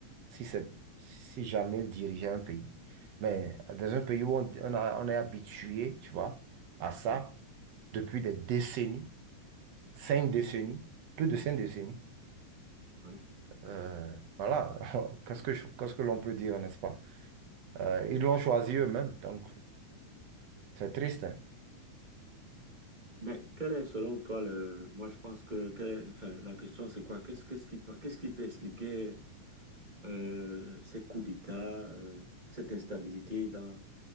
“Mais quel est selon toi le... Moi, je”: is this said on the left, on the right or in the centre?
Right